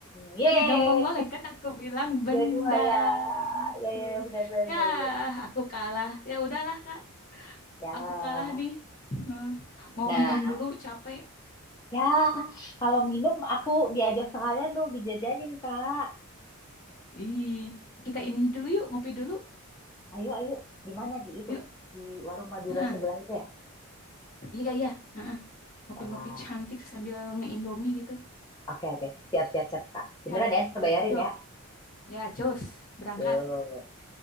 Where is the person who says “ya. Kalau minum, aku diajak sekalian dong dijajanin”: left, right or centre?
Left